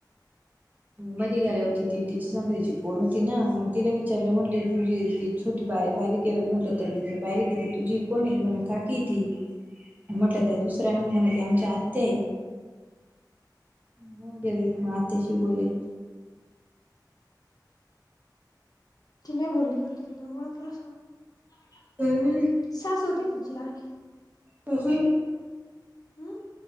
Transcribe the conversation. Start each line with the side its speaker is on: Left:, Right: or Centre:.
Right: मधी गेल्या होती ती तिची संप तिची पोर होती ना मग तिला विचारलं म्हणलीे त- छोटी बा बारीक म्हटलं त बारीक गे ती तुझी कोण य त म्हण काकी ती- म्हटलं त्या दुसऱ्या म्हण त्या आमच्या आत्या नाही गेलेत मग आत्याशी बोले.
Left: ती नाही बोलली का? तिने ओळखलं असेल -
Right: तवी
Left: सासू होती काय तिची लहानी
Right: तून
Left: हम्म